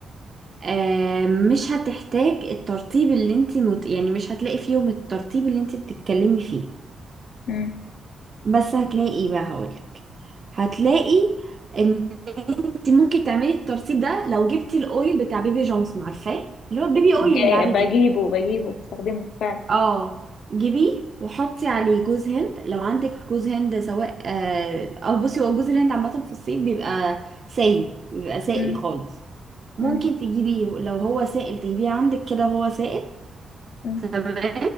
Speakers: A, on the right (about 45°); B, on the left (about 80°).
A: أه... مش هتحتاج الترطيب اللي انت مت... يعني مش هتلاقي فيهم الترطيب اللي انت بتتكلمي فيه
B: مم.
A: بس هتلاقي ايه بقى هقولك هتلاقي ان انت ممكن تعملي الترطيب ده لو جبتي الاويل بتاع بيبي جونسون عارفاه اللي هو بيبي اويل
B: جاي-
A: العادي
B: بجيبه بجيبه بستخدمه فعلا
A: اه جيبيه وحطي عليه جوز هند لو عندك جوز هند سواء آه، او بصي هو جوز الهند عامه في الصيف بيبقى سايل بيبقى سائل
B: مم.
A: خالص ممكن
B: مم.
A: تجيبيه لو هو سائل تجيبيه عندك كده وهو سائل
B: مم.
A: تمام